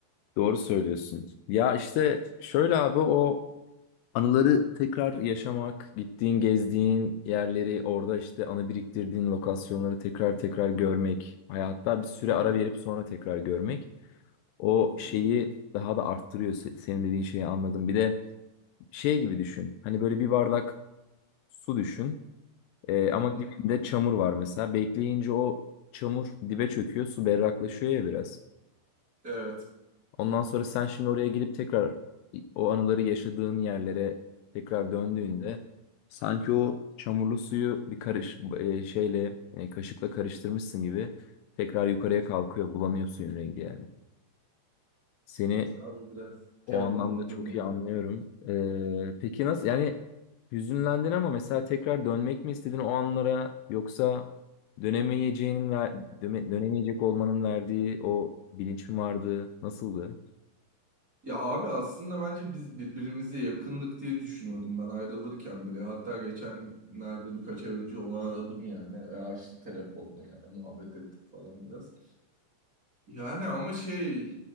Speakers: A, on the left (about 80°); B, on the right (about 20°).
A: Doğru söylüyorsun. Ya işte şöyle abi o Anıları tekrar yaşamak, gittiğin, gezdiğin yerleri, orada işte anı biriktirdiğin lokasyonları tekrar tekrar görmek, hayatta bir süre
B: Hı hı.
A: ara verip sonra tekrar görmek o
B: Hı
A: şeyi
B: hı.
A: daha da arttırıyor. Se- Senin dediğin şeyi anladım. Bir de şey gibi düşün. Hani böyle bir bardak su düşün. Ee,
B: Hı
A: ama
B: hı.
A: dibinde çamur var mesela. Bekleyince o çamur dibe çöküyor, su berraklaşıyor ya biraz.
B: Evet.
A: Ondan sonra sen şimdi oraya gidip tekrar o anıları yaşadığın yerlere tekrar döndüğünde
B: Hı hı.
A: sanki o çamurlu suyu bir karış e, şeyle e, kaşıkla karıştırmışsın gibi tekrar yukarıya kalkıyor, bulanıyor suyun rengi yani. Seni
B: İşte abi biraz Teoman
A: o anlamda
B: anladım
A: çok
B: ya.
A: iyi anlıyorum. Ee, peki nasıl yani hüzünlendin ama mesela tekrar dönmek mi istedin o anlara yoksa dönemeyeceğinin ver, döne- dönemeyecek olmanın verdiği o bilinç mi vardı? Nasıldı?
B: Ya abi aslında bence biz birbirimize yakınlık diye düşünüyordum ben ayrılırken bile. Hatta geçenlerde birkaç ay önce onu aradım yani ve açtı telefonla yani muhabbet ettik falan biraz. Yani ama şey